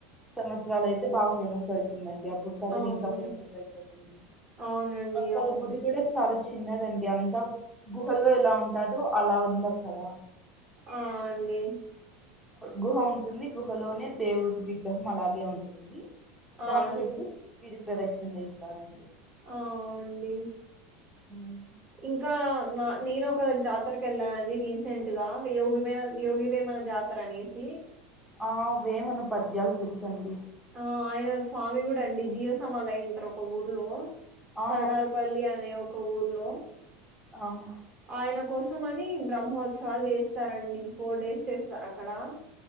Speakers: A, in the centre; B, on the right (about 25°).
A: సంవత్సరాలు అయితే బాగా ఫేమస్ అవుతుంది అండి అప్పుడు.
B: అవును
A: ఇంకా ఫేమస్ అయిపోతుంది
B: అవునండి
A: అక్కడ
B: అవును
A: గుడి కూడా. చాలా చిన్నది అండి అంత గ్రుహల్లో ఎలా ఉంటాదో అలా ఉంది అక్కడ.
B: ఆ అండి.
A: గుహ ఉంటుంది గుహలోనే దేవుడు విగ్రహం అలాగే ఉంటుంది.
B: ఆ
A: దాని
B: అండి
A: చుట్టూ గిరి ప్రదక్షిణ చేస్తారండి.
B: ఆ అవునండి
A: హ్మ్.
B: ఇంకా నా నేను ఒక జాతరకు వెళ్ళానండి రీసెంట్ గా యోగిమ యోగిమేమన జాత త్తరు అనేసి.
A: ఆ వేమన పద్యాలు తెలుసండి
B: ఆ ఆయన స్వామి కూడా అండి జీవ సమాధి అయింటారు ఒక ఊర్లో.
A: ఆ
B: కోడారుపల్లి అనే ఒక ఊర్లో
A: అవునా
B: ఆయన కోసం అని బ్రహ్మోత్సవాలు చేస్తారండి ఫోర్ డేస్ చేస్తారు అక్కడ. ఆ.